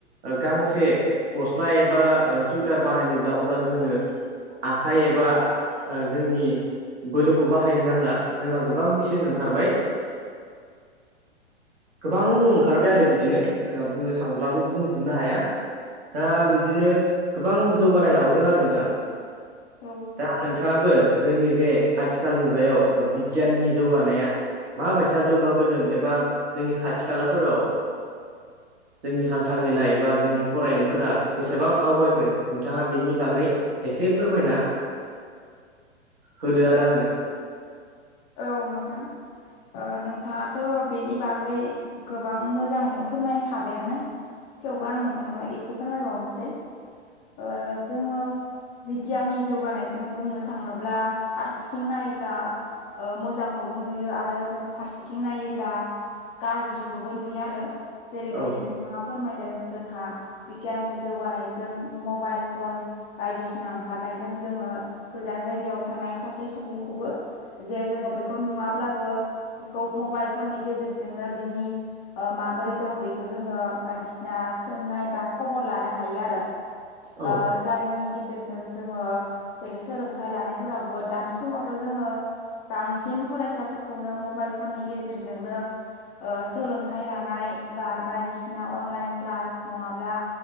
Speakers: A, on the right; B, on the left.
A: ओ गांसे गस्ला एबा सुइटार बानायनोब्ला अब्ला जोंनो आखाइ एबा ओ जोंनि बोलोखौ बाहायनो नांला जोंहा गोबां मेसिन ओंखारबाय। गोबां ओंखारबाय आरो बिदिनो जोंहा बुंनो थांब्लाबो बुंजोबनो हाया दा बिब्दिनो गोबां जौगानाय लाबोदों आरो नोंथां।
B: औ
A: दा नोंथांङाबो जोंनि जे आथिखाल मुगायाव बिगियाननि जौगानाया माबायसा जौगाबोदों एबा जोंनि खाथि खालाफोराव जोंनि हान्था मेला एबा जोंनि फरायनायफोरा बेसेबां आवगायखो नोंथांङा बेनि बागै एसे फोरमायना होदो आरो आंनो?
B: औ नोंथां। नोंथाङाथ' बेनि बागै गोबां मोजाङैनो फोरमायखाबायानो। थेवबो आं नोंथांनो एसे फोरमायबावनोसै ओ जोंङो बिगियाननि जौगानायजों बुंनो थांङोब्ला फारसेथिं नायोब्ला ओ मोजांखौबो नुयो आरो जों फारसेथिं नायोंब्ला गाज्रिखौबो नुयो आरो जेरैबायदि
A: औ
B: नोंथांङा फोरमायदों जोंहा बिगियाननि जौगानायजों मबाइल फन बायदिसिना ओंखारनायजों जोंङो गोजान जायगायाव थानाय सासे सुबुंखौबो जे जोंङो बेखौ नुवाब्लाबो बेखौ मबाइल फननि गेजेरजोंनो बिनि ओ माबोरै दं बेखौ जोंङो बायदिसिना सोंनाय बा खबर लानो हायो आरो।
A: औ
B: आ जायनि गेजेरजों जोंङो जेरै सोलोंथाइ लानायफोरावबो दानि समावथ' जोंङो बांसिन फरायसाफोरखौनो मबाइल फननि गेजेरजोंनो सोलोंथाइ लानाय बा बायदिसिना अनलाइन क्लास नंङाब्ला